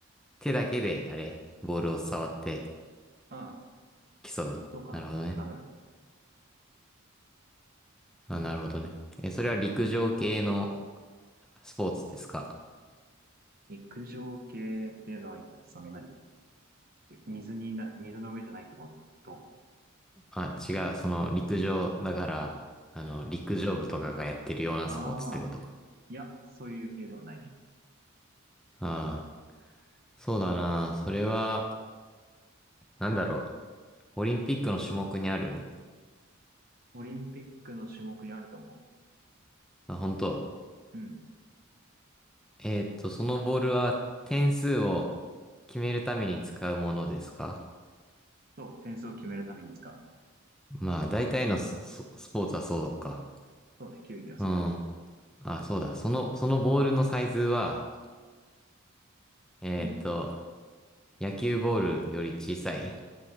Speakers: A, in the centre; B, on the right (about 45°).
A: 手だけで、あれ、ボールを触って
B: うん、
A: 競う。
B: そうかな。
A: なるほどね。
B: 多分。
A: あ、なるほどね。え、それは陸上系のスポーツですか
B: 陸上系っていうのは、その何水にな、水の上じゃないってこと
A: あ、違う。その、陸上だから、あの、陸上部とかがやってるようなスポーツってこと。
B: ああー、いや、そういう系ではないね。
A: ああ、そうだな。それは、なんだろう。オリンピックの種目にある
B: オリンピックの種目にあると思
A: あ、本当。
B: う。うん。
A: えーっと、そのボールは点数を決めるために使うものですか
B: そう、点数を決めるために使う。
A: まあ、大体のス、ススポーツはそうか。
B: そうね、球技はそうだね。
A: うん。あ、そうだ。その、そのボールのサイズは、えーっと、
B: うん。
A: 野球ボールより小さい。